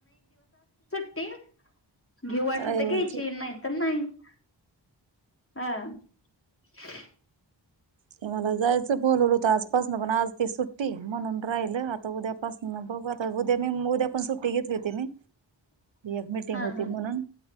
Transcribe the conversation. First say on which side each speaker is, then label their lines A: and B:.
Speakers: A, on the left; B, on the right.
A: ते <inaudible> घेऊ वाटली
B: रविवारची
A: तर घ्यायची नाही तर नाही <inaudible> हा <unintelligible>
B: ते मला जायचं बोलवलं होत आजपासन पण आज ती सुट्टी म्हणून राहिल आता उद्यापासन आ उद्या मी उद्या पण सुट्टी घेतली होती मी
A: <inaudible>
B: एक मिटिंग
A: हा
B: होती
A: हा
B: म्हणून